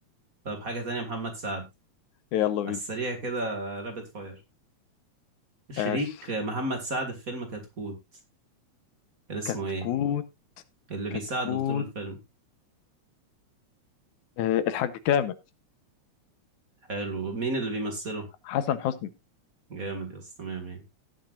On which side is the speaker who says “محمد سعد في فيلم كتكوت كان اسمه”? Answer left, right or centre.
Right